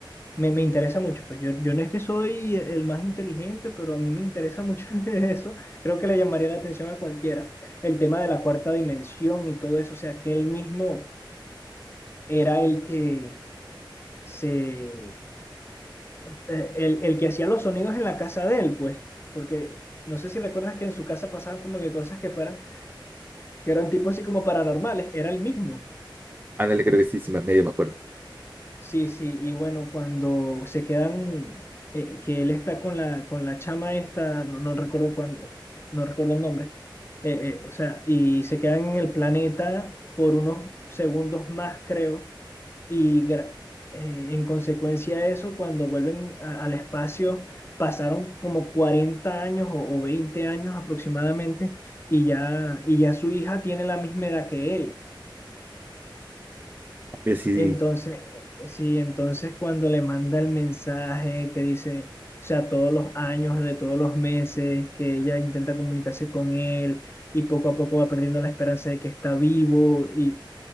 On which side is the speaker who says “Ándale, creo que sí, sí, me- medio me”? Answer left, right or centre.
Right